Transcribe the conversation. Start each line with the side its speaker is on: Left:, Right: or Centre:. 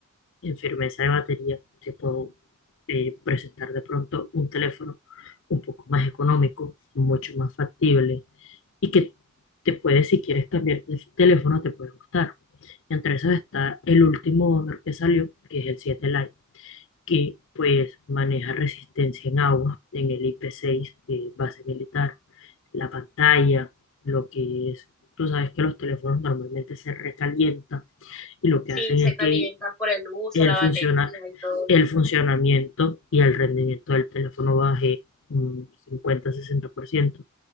Left: en firmeza de batería te puedo eh, presentar de pronto un teléfono un poco más económico, mucho más factible y que te puede, si quieres cambiar de teléfono, te puede gustar. Entre esos está el último Honor que salió, que es el siete Lite que pues maneja resistencia en agua en el IP6, eh, base militar, la pantalla, lo que es, tú sabes que los teléfonos normalmente se recalientan y lo
Centre: sí,
Left: que hacen
Centre: se
Left: es
Centre: calientan
Left: que
Centre: por el uso,
Left: el,
Centre: la batería
Left: funciona,
Centre: y todo
Left: el
Centre: eso.
Left: funcionamiento y el rendimiento del teléfono baje un cincuenta sesenta por ciento